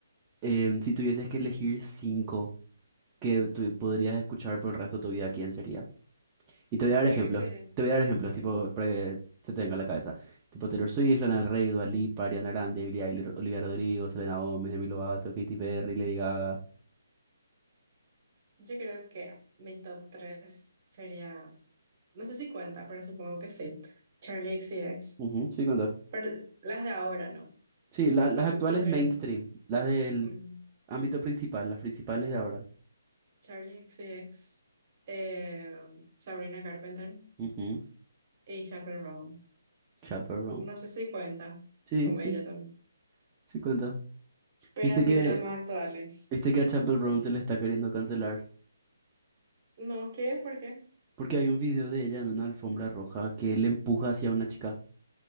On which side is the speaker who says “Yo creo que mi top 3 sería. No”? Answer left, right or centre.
Right